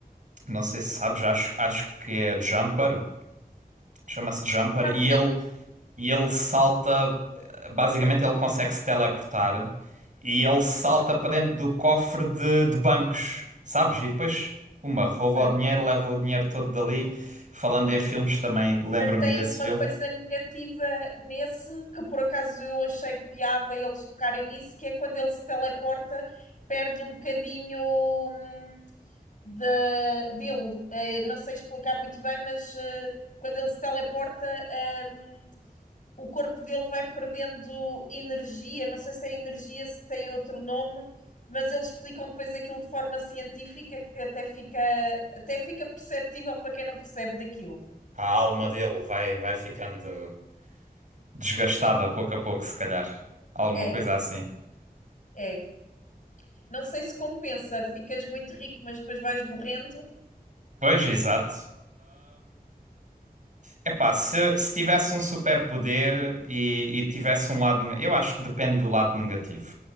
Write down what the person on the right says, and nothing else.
não sei se sabes, acho, acho que é Jumper, chama-se Jumper,
e ele e ele salta. Basicamente, ele consegue se teleportar e ele salta para dentro do cofre de, de bancos, sabes? E depois, uma, rouba
o dinheiro, leva o dinheiro todo dali. Falando em filmes, também lembro-me
desse
filme.
A alma dele vai, vai ficando desgastada pouco a pouco, se calhar. Alguma
coisa assim.
Pois, exato. Epá, se, se tivesse um superpoder e, e tivesse um lado. neg- Eu acho que depende do lado negativo.